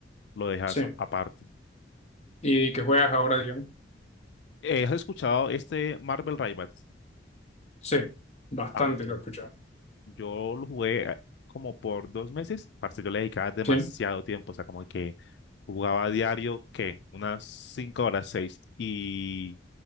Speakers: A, on the left; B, on the left.
A: lo dejas
B: Sí.
A: aparte.
B: Y que juegas ahora, digamos.
A: Eh, ¿has escuchado este Marvel Rivals?
B: Sí. Bastante
A: Ah, Ok.
B: lo he escuchado.
A: yo lo jugué eh, como por dos meses. Parce, yo le dedicaba demasiado
B: Sí.
A: tiempo. O sea, como que jugaba a diario, ¿qué? Unas cinco horas, seis. Y